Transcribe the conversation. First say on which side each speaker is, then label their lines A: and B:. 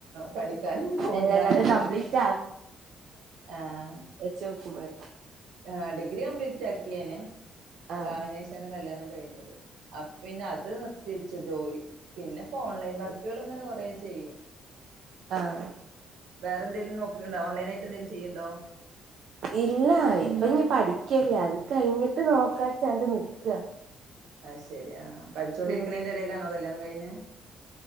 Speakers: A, on the right; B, on the right.
A: പഠിക്കാനും പോണ്ടാ
B: അല്ല എന്നാലും കംപ്ലീറ്റ്
A: എന്ന് ആഹ്
B: വെച്ച വെക്കുമ്പോളേ
A: ആ ഡിഗ്രി കംപ്ലീറ്റ് ആക്കിയന്
B: ആഹ്
A: കനശാണ് കല്യാണം കഴിഞ്ഞത് പിന്നെ അത് നി തിരിച്ച ജോലി പിന്നെ ഇപ്പോ ഓൺലൈൻ വർക്കുകള് ഇങ്ങനെ കുറ ചെയ്യും
B: ആഹ്
A: വേറെ എന്തെങ്കിലും നോക്കണ്ട ഓൺ ലൈനായിട്ട് എന്തേലും ചെയ്യുണ്ടോ
B: ഇല്ല ഇപ്പൊ ഞ പഠിക്കല്ല അത് കഴിഞ്ഞിട്ട് നോക്കാച്ചണ്ട് നിക്ക
A: ആഹ് ശരി ആഹ് പഠിച്ചോൊണ്ടിരിക്കുന്നേതിന്റെ
B: ഉം
A: ഇടയിലാണോ കല്യാണം കഴിഞ്ഞ്